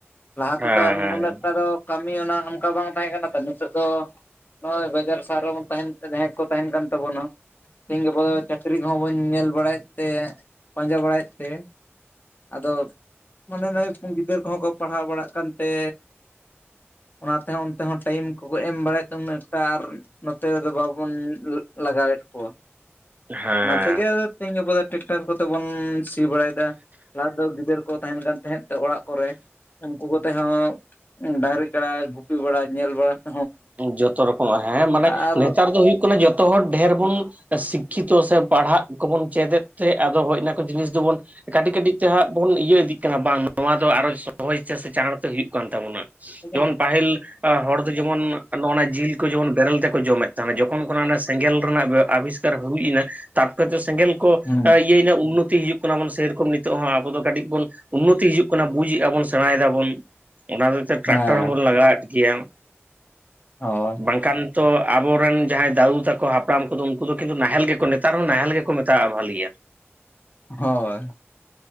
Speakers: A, on the left; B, on the right.
A: ᱞᱟᱦᱟ
B: ᱦᱮᱸ
A: ᱛᱮ ᱫᱚ ᱟᱨ ᱩᱱᱟᱹᱜ ᱮᱠᱴᱟ ᱫᱚ ᱠᱟᱹᱢᱤ ᱚᱱᱠᱟ ᱵᱟᱝ ᱛᱟᱦᱮᱸ ᱠᱟᱱᱟ ᱛᱚ ᱱᱤᱛᱳᱜ ᱫᱚ ᱱᱚᱜ-ᱚᱭ ᱵᱟᱡᱟᱨ ᱥᱟᱨ ᱨᱮ ᱵᱚᱱ ᱛᱟᱦᱮᱱ ᱡᱟᱦᱟᱸ ᱠᱚ ᱛᱟᱦᱮᱱ ᱠᱟᱱ ᱛᱟᱵᱚᱱᱟ ᱛᱮᱦᱤᱧ ᱜᱟᱯᱟ ᱫᱚ ᱪᱟᱹᱠᱨᱤ ᱠᱚ ᱦᱚᱸ ᱵᱚᱱ ᱧᱮᱞ ᱵᱟᱲᱟᱭᱮᱫ ᱛᱮ ᱯᱟᱸᱡᱟ ᱵᱟᱲᱟᱭᱮᱫ ᱛᱮ ᱟᱫᱚ ᱢᱟᱱᱮ ᱱᱚᱜ-ᱚᱭ ᱜᱤᱫᱟᱹᱨ ᱠᱚ ᱦᱚᱸ ᱠᱚ ᱯᱟᱲᱦᱟᱣ ᱵᱟᱲᱟᱜ ᱠᱟᱱᱛᱮ ᱚᱱᱟ ᱛᱮ ᱦᱚᱸ ᱚᱱᱛᱮ ᱦᱚᱸ ᱴᱟᱭᱤᱢ ᱠᱚ ᱠᱚ ᱮᱢ ᱵᱟᱲᱟᱭᱮᱫ ᱟᱨ ᱱᱚᱛᱮ ᱨᱮ ᱫᱚ ᱵᱟᱵᱚᱱ ᱞᱟᱜᱟᱣ ᱮᱫ ᱠᱚᱣᱟ ᱾
B: ᱦᱮᱸᱻ,
A: ᱛᱮ ᱜᱮ ᱛᱮᱦᱤᱧ ᱜᱟᱯᱟ ᱴᱮᱠᱴᱟᱨ ᱠᱚᱛᱮ ᱵᱚᱱ ᱥᱤ ᱵᱟᱲᱟᱭᱮᱫᱟ ᱞᱟᱦᱟ ᱫᱚ ᱜᱤᱫᱟᱹᱨ ᱠᱚ ᱛᱟᱦᱮᱱ ᱠᱟᱱ ᱛᱟᱦᱮᱸᱫ ᱛᱮ ᱚᱲᱟᱜ ᱠᱚᱨᱮ ᱩᱱᱠᱩ ᱠᱚ ᱛᱮ ᱦᱚᱸ ᱰᱟᱝᱨᱤ ᱠᱟᱲᱟ ᱜᱩᱯᱤ ᱵᱟᱲᱟ ᱧᱮᱞ ᱵᱟᱲᱟ ᱾
B: ᱡᱚᱛᱚ ᱨᱚᱠᱚᱢᱟᱜ ᱦᱮᱸ ᱢᱟᱱᱮ
A: ᱟᱨ
B: ᱱᱮᱛᱟᱨ ᱫᱚ ᱦᱩᱭᱩᱜ ᱠᱟᱱᱟ ᱡᱚᱛᱚ ᱦᱚᱲ ᱰᱷᱮᱨ ᱵᱚᱱ ᱥᱤᱠᱷᱤᱛᱚ ᱥᱮ ᱯᱟᱲᱦᱟᱜ ᱠᱚᱵᱚᱱ ᱪᱮᱫ ᱮᱫ ᱛᱮ ᱟᱫᱚ ᱦᱟᱜ-ᱚᱭ ᱚᱱᱟ ᱠᱚ ᱡᱤᱱᱤᱥ ᱫᱚᱵᱚᱱ ᱠᱟᱹᱴᱤᱡ ᱠᱟᱹᱴᱤᱡ ᱛᱮ ᱦᱟᱸᱜ ᱵᱚᱱ ᱤᱭᱟᱹ ᱤᱫᱤᱜ ᱠᱟᱱᱟ ᱵᱟᱝ ᱱᱚᱣᱟ ᱫᱚ ᱚᱨᱦᱚ ᱥᱚᱦᱚᱡ ᱛᱮ ᱥᱮ ᱪᱟᱬ ᱛᱮ ᱦᱩᱭᱩᱜ ᱠᱟᱱ ᱛᱟᱵᱚᱱᱟ᱾
A: ᱦᱮᱸ
B: ᱡᱮᱢᱚᱱ ᱯᱟᱹᱦᱤᱞ ᱦᱚᱲ ᱫᱚ ᱡᱮᱢᱚᱱ ᱱᱚᱜ-ᱱᱚᱭᱟ ᱡᱤᱞ ᱠᱚ ᱡᱮᱢᱚᱱ ᱵᱮᱨᱮᱞ ᱛᱮᱠᱚ ᱡᱚᱢᱮᱫ ᱛᱟᱦᱮᱱᱟ ᱡᱚᱠᱷᱚᱱ ᱠᱷᱚᱱᱟᱜ ᱚᱱᱟ ᱥᱮᱸᱜᱮᱞ ᱨᱮᱱᱟᱜ ᱟᱵᱤᱥᱠᱟᱨ ᱦᱩᱭ ᱮᱱᱟ ᱛᱟᱨᱯᱚᱨᱮ ᱛᱚ ᱥᱮᱸᱜᱮᱞ ᱠᱚ
A: ᱦᱮᱸ
B: ᱤᱭᱟᱹᱭᱮᱱᱟ ᱩᱱᱱᱚᱛᱤ ᱦᱤᱡᱩᱜ ᱠᱟᱱᱟ ᱵᱚᱱ ᱥᱮᱨᱚᱠᱚᱢ ᱱᱤᱛᱚᱜ ᱦᱚᱸ ᱟᱵᱚ ᱫᱚ ᱠᱟᱹᱴᱤᱡ ᱵᱚᱱ ᱩᱱᱱᱚ ᱛᱤ ᱦᱤᱡᱩᱜ ᱠᱟᱱᱟ ᱵᱩᱡᱮᱜᱼᱟ ᱵᱚᱱ ᱥᱮᱬᱟᱭ ᱫᱟᱵᱚᱱ ᱚᱱᱟ ᱦᱚᱛᱮᱡ ᱛᱮ ᱴᱨᱟᱠᱴᱟᱨ
A: ᱦᱮᱸ
B: ᱦᱚᱸᱵᱚᱱ ᱞᱟᱜᱟᱭᱮᱫ ᱜᱮᱭᱟ᱾
A: ᱦᱳᱭ
B: ᱵᱟᱝ ᱠᱷᱟᱱ ᱛᱚ ᱟᱵᱚᱨᱮᱱ ᱡᱟᱦᱟᱸᱭ ᱫᱟᱹᱫᱩ ᱛᱟᱠᱚ ᱦᱟᱯᱲᱟᱢ ᱠᱚᱫᱚ ᱩᱱᱠᱩ ᱫᱚ ᱠᱤᱱᱛᱩ ᱱᱟᱦᱮᱞ ᱜᱮᱠᱚ ᱱᱮᱛᱟᱨ ᱦᱚᱸ ᱱᱟᱦᱮᱞ ᱜᱮᱠᱚ ᱢᱮᱛᱟᱜᱼᱟ ᱵᱷᱟᱹᱞᱮ ᱜᱮᱭᱟ᱾
A: ᱦᱳᱭ